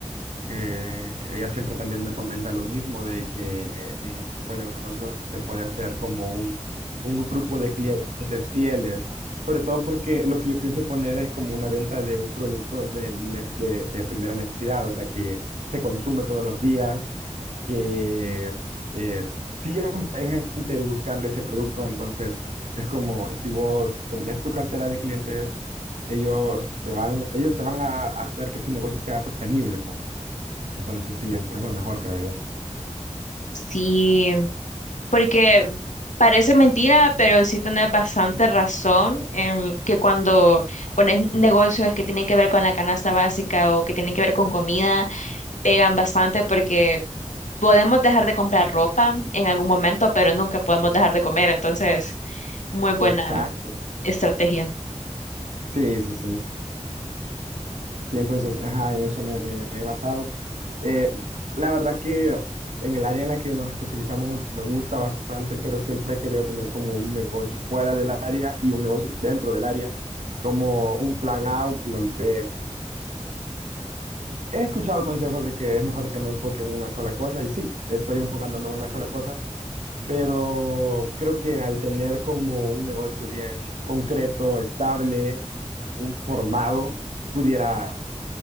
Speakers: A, on the right; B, on the left.
A: Eh, ella siempre también me comenta lo mismo, de que en ese tipo de negocios se puede hacer como un, un grupo de clientes fieles, sobre todo porque lo que yo pienso poner es como una venta de un producto de, ne- de, de primera necesidad, o sea, que se consume todos los días, que eh, siempre hay gente buscando ese producto, entonces es como si vos tenés tu cartera de clientes, ellos te van, ellos te van a hacer que tu negocio sea sostenible, pues. Entonces sí, es, es lo mejor, creo yo.
B: Sí, porque parece mentira, pero sí tenés bastante razón en que cuando pones negocios que tienen que ver con la canasta básica o que tienen que ver con comida, pegan bastante porque Podemos dejar de comprar ropa en algún momento, pero nunca podemos dejar de comer. Entonces, muy buena
A: Exacto.
B: estrategia.
A: Sí, sí, sí. Sí, entonces, ajá, en eso me, me- me he basado. Eh, la verdad que en el área en la que nos especializamos me gusta bastante, pero siempre he querido tener como un negocio fuera del área y un negocio dentro del área, como un plan A, un plan B. He escuchado consejos de que es mejor que me enfoque en una sola cosa y sí, estoy enfocándome en una sola cosa, pero creo que al tener como un negocio bien concreto, estable, un formado pudiera